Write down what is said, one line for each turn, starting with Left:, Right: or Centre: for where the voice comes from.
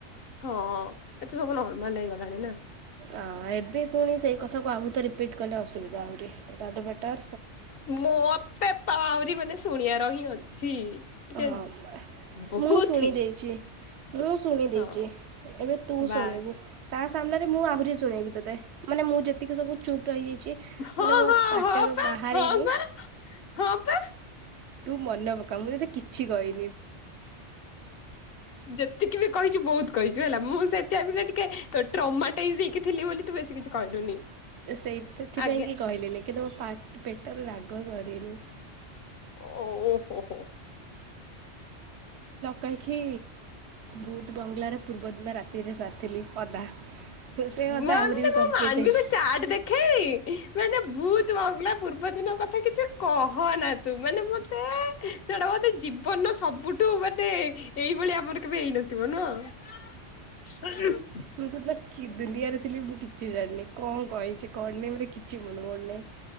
Left: ହଁ ଏତେ ସବୁ ନର୍ମାଲ ହେଇଗଲାଣି ନା।
Right: ଆ ଏବେ ପୁଣି ସେଇ କଥା କ ଆହୁ ତ ରିପିଟ କଲେ ଅସୁବିଧା ଆହୁରି ତାଠୁ ବେଟର।
Left: ମତେ ତ ଆହୁରି ମାନେ ଶୁଣିବାର ହିଁ ଅଛି। ଟିକେ
Right: ହଁ
Left: ବହୁତ
Right: ମୁଁ ଶୁଣି
Left: ହି
Right: ଦେଇଛି ମୁଁ ଶୁଣି ଦେଇଛି
Left: ହଁ
Right: ଏବେ ତୁ
Left: ବାସ୍।
Right: ଶୁଣିବୁ ତା ସାମ୍ନାରେ ମୁଁ ଆହୁରି ଶୁଣେଇବି ତତେ ମାନେ ମୁଁ ଯେତିକି ସବୁ ଚୁପ୍ ରହିଯାଇ ଚି
Left: ହଁ
Right: ମାନେ ମୋ
Left: ହଁ
Right: ପାଟରୁ
Left: ହଁ ପା
Right: ବାହାରିନି
Left: ହଁ ପା ହଁ ପା
Right: ତୁ ମନେ ପକା ମୁଁ ଯ କିଛି କହି
Left: ଯେତିକି ବି କହିଛି ବହୁତ କହି ଚି ହେଲା ମୁଁ ସେ ଟାଇମ ଟିକେ ଟ୍ର ମାଟ ଟାଇଯ ହେଇଖକି ଥିଲି ବୋଲି ତୁ ବେଶୀ କିଛି କହିଲୁନି।
Right: ସେଇ ସେଥିପାଇଁ
Left: ଆଜ୍ଞା
Right: କି କହିଲିନି କିନ୍ତୁ ମୋ ପା ପେ ପଟରେ ରାଗ ସରିନି।
Left: ଓ ହୋ ହୋ।
Right: କାହିଁକି ଭୁଥ ବଙ୍ଗଲାର ପୂର୍ବଦିନ ରାତିରେ ସାରିଥିଲି ଅଧା। ସେ ଅଧା
Left: ମା
Right: ଆହୁରି
Left: ମାନେ
Right: ବି
Left: ମୁ
Right: କମ୍ପ୍ଲିଟ୍
Left: ମାନବିକୁ
Right: ହେଇନି।
Left: ଚାଟ ଦେଖେଇବି ମାନେ ଭୂତବଙ୍ଗଲା। ପୂର୍ବ ଦିନ କଥା କିଛି କହନା ତୁ ମାନେ ମତେ ସେଟା ବୋଧେ ଜୀବନ ସବୁଠୁ ମାନେ ଏଇଭଳିଆ ଆମର କେବେ ହେଇନଥିବ ନୁହ।
Right: ମୁଁ ସେଦିନ କି ଦୁନିଆରେ ଥିଲି ମୁଁ କିଛି ଜାଣିନି। କଣ କହିଛି। କଣ ନାଇଁ ମୋତେ କିଛି ମନେ ପଡୁ ନାହିଁ